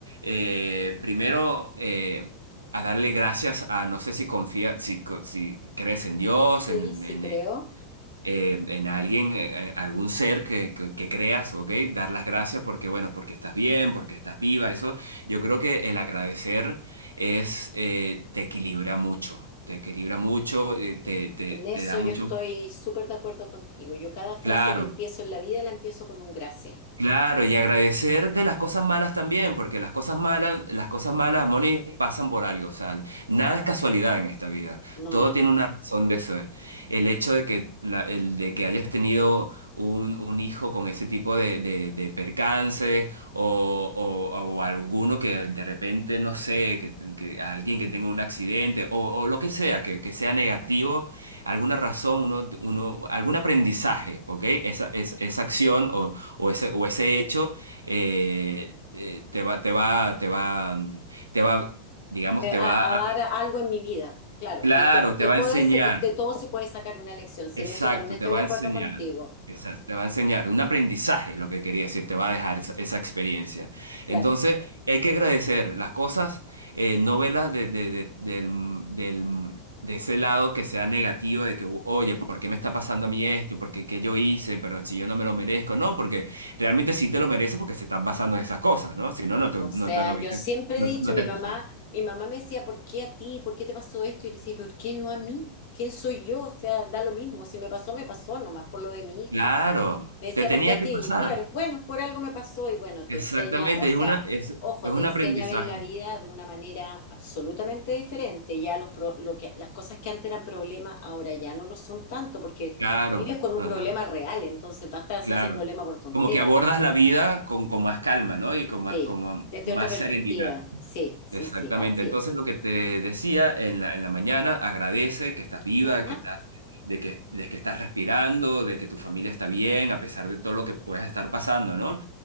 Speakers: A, on the right; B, on the left.
A: eh, primero, eh, a darle gracias a, no sé si confía, si, co- si crees en Dios,
B: Sí,
A: en,
B: sí
A: en,
B: creo.
A: eh, en alguien, eh, eh, algún ser que, que- que creas, ¿ok? Dar las gracias porque, bueno, porque estás bien, porque estás viva, eso. Yo creo que el agradecer es, eh, te equilibra mucho, te equilibra mucho, eh, te,
B: Sí.
A: te,
B: En eso
A: te da mucho,
B: yo estoy súper de acuerdo contigo. Yo cada frase
A: claro.
B: que empiezo en la vida la empiezo con un gracias.
A: Claro, y agradecer de las cosas malas también, porque las cosas malas, las cosas malas, Moni, pasan por algo, o sea, nada es casualidad en esta vida,
B: No,
A: todo
B: nada.
A: tiene una razón de ser. El
B: Ujú.
A: hecho de que, la- el de que hayas tenido un, un hijo con ese tipo de, de, de percances o, o- o alguno que de repente, no sé, que, que alguien que tenga un accidente o, o lo que sea, que, que sea negativo alguna razón, uno, uno, algún aprendizaje, ¿ok? Esa, es- esa acción o, o ese, o ese hecho eh, eh, te va, te va, te va, mm, te va, digamos,
B: De-
A: te va
B: A, a dar
A: a,
B: algo en mi vida. Claro,
A: claro,
B: de todo, de,
A: te va
B: puede
A: a enseñar.
B: se- de todo se puede sacar una lección. Si
A: Exacto,
B: en eso también estoy
A: te va
B: de
A: a
B: acuerdo
A: enseñar.
B: contigo.
A: Exacto, te va a enseñar un aprendizaje, lo que quería decir, te va a dejar esa, esa experiencia.
B: Claro.
A: Entonces, hay que agradecer las cosas, eh, no verlas de, de- de- del, del- de ese lado que sea negativo, de que, oye, ¿por qué me está pasando a mí esto? ¿Por qué, qué yo hice? Pero si yo no me lo merezco, no, porque realmente sí te lo mereces porque se están pasando esas cosas, ¿no? Si no, no te,
B: O
A: no
B: sea,
A: te lo hubiese-
B: yo siempre
A: no,
B: he dicho,
A: no
B: mi
A: te
B: mamá,
A: pasa.
B: mi mamá me decía, ¿por qué a ti? ¿Por qué te pasó esto? Y yo le decía, ¿por qué no a mí? ¿Quién soy yo? O sea, da lo mismo. Si me pasó, me pasó nomás por lo de mi hijo.
A: Claro,
B: Me decía,
A: te tenía
B: ¿por qué a
A: que
B: ti?
A: pasar.
B: Y claro, bueno, por algo me pasó y bueno,
A: Exactamente,
B: te enseña, o sea,
A: es una, es,
B: ojo,
A: es un
B: te enseña
A: aprendizaje.
B: a ver la vida de una manera absolutamente diferente. Ya los pro- lo que, las cosas que antes eran problemas, ahora ya no lo son tanto porque
A: Claro,
B: vives con un
A: ajá,
B: problema real, entonces basta de hacerse
A: claro.
B: problema por tonteras.
A: Como que abordas la vida con, con más calma, ¿no? Y con más,
B: Sí,
A: como
B: desde
A: más
B: otra perspectiva.
A: serenidad.
B: Sí, sí,
A: Exactamente.
B: sí, así
A: Entonces,
B: es.
A: lo que te decía en la, en la mañana, agradece que estás viva,
B: Ya,
A: que estás, de que, de que estás respirando, de que tu familia está bien, a pesar de todo lo que puedas estar pasando, ¿no?